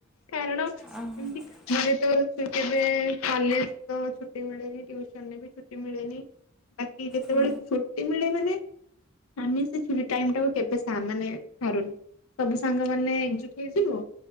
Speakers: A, on the left; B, in the centre.
A: କାରଣ,
B: ଆ ହଁ
A: ଏମିତି କାମରେ ତ କେବେ କଲେଜ ତ ଛୁଟି ମିଳେନି ବି ଛୁଟି ମିଳେନି ବାକି ଯେତେବେଳେ
B: ହଁ
A: ଛୁଟି ମିଳେ ମାନେ ଆମେ ଛୁଟି ଟାଇମ ଟାକୁ କେବେ ମାନେ ହାରୁନି ସବୁ ସାଙ୍ଗମାନେ ଏକଜୁଟ ହେଇଯିବୁ